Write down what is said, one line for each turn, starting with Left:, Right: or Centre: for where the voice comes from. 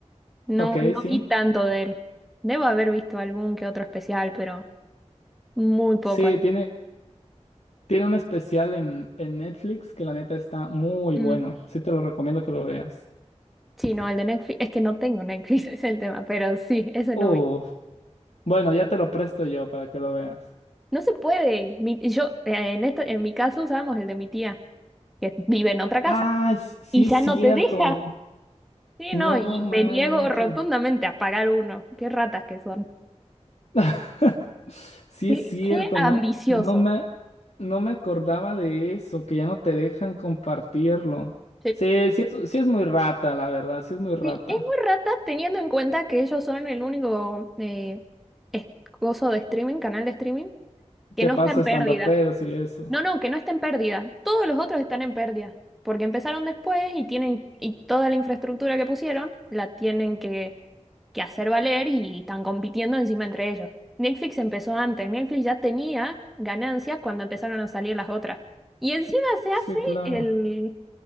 Centre: No,
Left: Ok,
Centre: no
Left: sí.
Centre: vi tanto de él. Debo haber visto algún que otro especial, pero muy poco.
Left: Sí, tiene, tiene un especial en, en Netflix que la neta está muy
Centre: Mm.
Left: bueno. Sí, te lo recomiendo que lo veas.
Centre: Sí, no, el de Netflix, es que no tengo Netflix, <laughs> es el tema, pero sí, ese
Left: Uf,
Centre: no vi.
Left: bueno, ya te lo presto yo para que lo veas.
Centre: No se puede. Mi- yo, eh, en este en mi caso usábamos el de mi tía, que vive en otra casa.
Left: Ah, s- sí
Centre: Y ya
Left: es cierto.
Centre: no te deja. Sí,
Left: No
Centre: no, y
Left: manches.
Centre: me niego rotundamente a pagar uno. Qué ratas que son.
Left: <laughs> Sí
Centre: Qué,
Left: es cierto,
Centre: qué ambicioso.
Left: ¿no? No me, no me acordaba de eso, que ya no te dejan compartirlo.
Centre: Sí.
Left: Sí, sí es, sí es muy rata, la verdad, sí es muy rata.
Centre: Sí, es muy rata teniendo en cuenta que ellos son el único eh, es- coso de streaming, canal de streaming, que
Left: ¿Qué
Centre: no
Left: pasa
Centre: está en
Left: estando
Centre: pérdida.
Left: peros y eso?
Centre: No, no, que no está en pérdida. Todos los otros están en pérdida, porque empezaron después y tienen, y toda la infraestructura que pusieron la tienen que, que hacer valer y están compitiendo encima entre ellos. Netflix empezó antes, Netflix ya tenía ganancias cuando empezaron a salir las otras. Y encima se hace
Left: Sí, claro.
Centre: el,